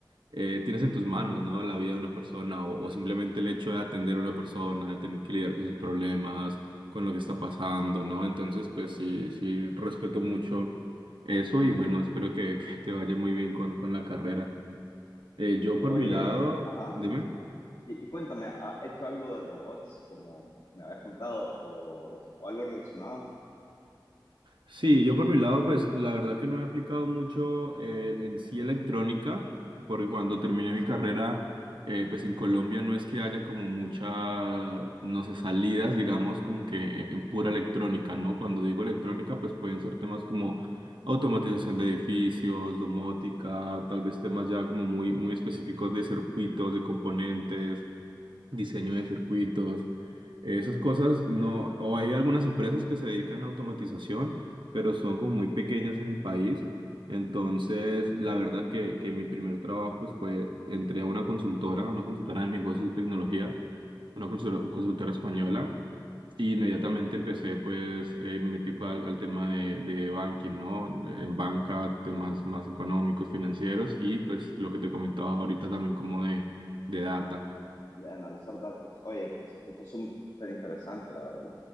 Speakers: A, on the right; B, on the left.
A: eh, tienes en tus manos, ¿no? La vida de una persona o, o simplemente el hecho de atender a una persona, de tener que lidiar con sus problemas, con lo que está pasando, ¿no? Entonces, pues sí, sí, respeto mucho eso y bueno, espero que, <laughs> que te vaya muy bien con, con la carrera. Eh, yo por
B: Oye,
A: mi lado,
B: ajá.
A: dime.
B: Y, y cuéntame, ¿has hecho algo de robots, como me habías contado, o, o algo relacionado
A: Sí, yo por mi lado, pues la verdad que no he aplicado mucho eh, en sí electrónica, porque cuando terminé mi carrera, eh, pues en Colombia no es que haya como muchas, no sé, salidas, digamos, como que en en pura electrónica, ¿no? Cuando digo electrónica, pues pueden ser temas como automatización de edificios, domótica, tal vez temas ya como muy, muy específicos de circuitos, de componentes diseño de circuitos, eh, esas cosas no, o hay algunas empresas que se dedican a automatización, pero son como muy pequeñas en el país. Entonces, la verdad que, que mi primer trabajo pues fue, entré a una consultora, una consultora de negocios y tecnología, una consul- consultora española. Y inmediatamente empecé, pues, eh, me metí fue al, al tema de, de banking, ¿no? En banca, temas más económicos, financieros y pues lo que te comentaba ahorita también como de, de data.
B: de analizar datos? Oye, pues se escucha súper interesante, la verdad.